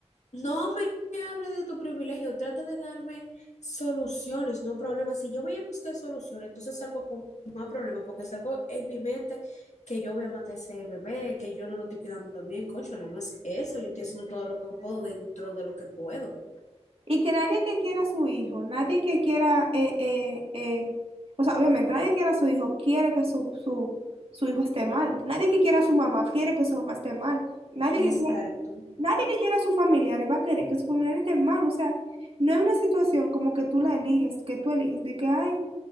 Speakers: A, on the left; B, on the right.
A: No me hable de tu privilegio, trata de darme soluciones, no problemas. Si yo voy a buscar soluciones, entonces salgo con más problemas, porque salgo en mi mente que yo voy a matar a ese bebé, que yo no lo estoy cuidando bien, cónchale, no no es eso, yo estoy haciendo todo lo que puedo dentro de lo que puedo.
B: Y que nadie que quiera a su hijo, nadie que quiera, eh, eh, eh, o sea, obviamente nadie que quiera a su hijo quiere que su, su, su hijo esté mal. Nadie que quiera a su mamá quiere que su mamá esté mal. Nadie que
A: Exacto.
B: quiera, nadie que quiera a sus familiares va a querer que sus familiares estén mal. O sea, no hay una situación como que tú la eliges, que tú eliges de que, ay,